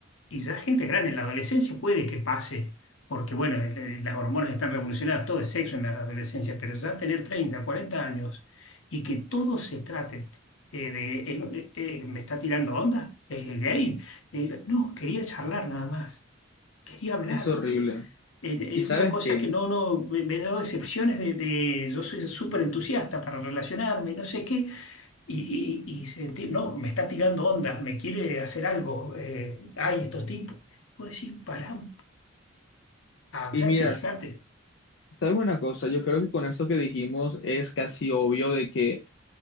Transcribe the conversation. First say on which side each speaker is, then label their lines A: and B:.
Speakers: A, on the left; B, on the left.
A: Y ya gente grande, en la adolescencia puede que pase, porque bueno, eh, eh, las hormonas están revolucionadas, todo es sexo en la adolescencia, pero ya tener 30 40 años y que todo se trate eh, de, eh, eh, eh, me está tirando onda, es gay. Eh, no, quería charlar nada más, quería hablar.
B: Es horrible.
A: Eh, eh,
B: ¿Y
A: Es
B: sabes
A: una cosa
B: qué?
A: que no, no, me, me he dado decepciones de, de- yo soy súper entusiasta para relacionarme, no sé qué, y, y, y sentir no, me está tirando onda, me quiere hacer algo, eh, hay estos tipos. Puedo decir, pará, habla
B: Y miras,
A: fíjate.
B: sabes una cosa, yo creo que con esto que dijimos es casi obvio de que